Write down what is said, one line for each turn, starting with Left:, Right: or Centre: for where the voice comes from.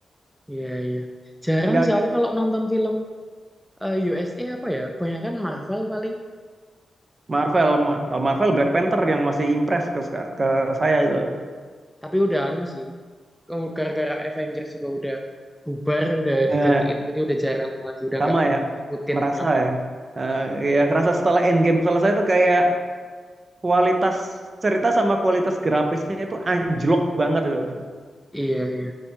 Centre: iya iya jarang
Right: nggak
Centre: sih
Right: nggak
Centre: aku kalau nonton film eh, USA apa ya banyak kan Marvel paling
Right: Marvel kalau Marvel Black Panther yang masih impress ke ke saya itu
Centre: tapi udah anu sih Kamu- gara-gara Avengers juga udah bubar udah
Right: ya
Centre: digantiin jadi udah jarang lagi udah
Right: Sama
Centre: nggak
Right: ya,
Centre: ngikutin
Right: merasa
Centre: Heeh.
Right: ya. Eh, ya kerasa setelah endgame selesai itu kayak kualitas cerita sama kualitas grafisnya itu anjlok banget itu.
Centre: iya iya